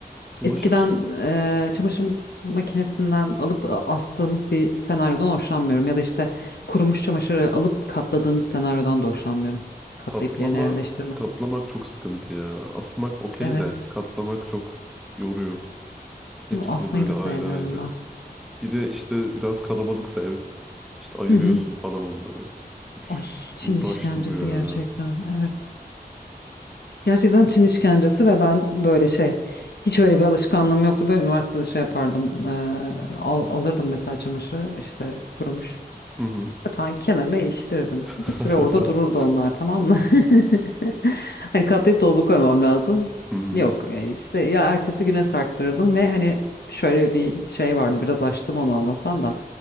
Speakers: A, in the centre; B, on the left (about 85°).
A: Çamaşır
B: Eskiden eee, çamaşır makinesinden alıp astığımız bir senaryodan hoşlanmıyorum. Ya da işte kurumuş çamaşırı alıp katladığımız senaryodan da hoşlanmıyorum. Katlayıp
A: katlama
B: yerine yerleştirme.
A: katlamak çok sıkıntı ya. Asmak okey
B: Evet.
A: de katlamak çok yoruyor. Hepsini
B: Asmayı
A: böyle
B: da
A: ayrı
B: sevmiyorum
A: ayrı.
B: ben.
A: Bir de işte biraz kalabalıksa ev işte ayırıyorsun
B: Hı hı.
A: falan onları. Üf,
B: Ay Çin
A: uğraş
B: işkencesi
A: dur ya.
B: gerçekten. Evet. Gerçekten Çin işkencesi ve ben böyle şey hiç öyle bir alışkanlığım yoktu. Böyle üniversitede şey yapardım. eee, al, alırdım mesela çamaşırı işte kurumuş.
A: Hı hı.
B: Yatağın kenarına iliştirirdim.
A: <laughs>
B: Bir süre orada dururdu onlar tamam mı? <laughs> Hani katlayıp dolaba koymam lazım.
A: Hı hı.
B: Yok e, işte ya ertesi güne sarktırırdım ve hani şöyle bir şey vardı biraz açtım onu Allah'tan da.